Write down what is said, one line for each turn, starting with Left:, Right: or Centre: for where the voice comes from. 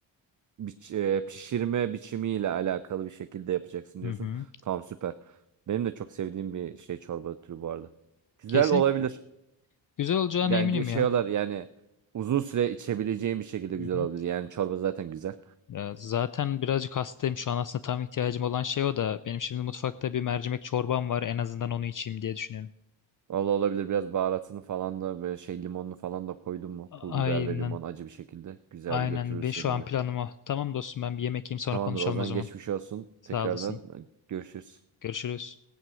Right: biç- e, pişirme biçimiyle alakalı bir şekilde yapacaksın
Left: Hı
Right: diyorsun.
Left: hı.
Right: Tamam süper. Benim de çok sevdiğim bir şey çorba türü bu arada. Güzel
Left: Kesinlikle
Right: olabilir.
Left: güzel olacağına
Right: Yani
Left: eminim
Right: ge- şey
Left: ya.
Right: olur yani uzun süre içebileceğim bir şekilde güzel
Left: Hı
Right: olabilir.
Left: hı.
Right: Yani çorba zaten güzel.
Left: Ya zaten birazcık hastayım şu an aslında tam ihtiyacım olan şey o da. Benim şimdi mutfakta bir mercimek çorbam var. En azından onu içeyim diye düşünüyorum.
Right: Valla olabilir biraz baharatını falan da böyle şey limonunu falan da koydun mu? Pul
Left: Aynen.
Right: biber ve limon acı bir şekilde güzel
Left: Aynen.
Right: bir götürür
Left: Ve
Right: seni
Left: şu an
Right: gibi.
Left: planım o. Tamam dostum ben bir yemek yiyeyim sonra
Right: Tamamdır
Left: konuşalım
Right: o zaman
Left: o zaman.
Right: geçmiş olsun.
Left: Sağ
Right: Tekrardan
Left: olasın.
Right: e, görüşürüz.
Left: Görüşürüz.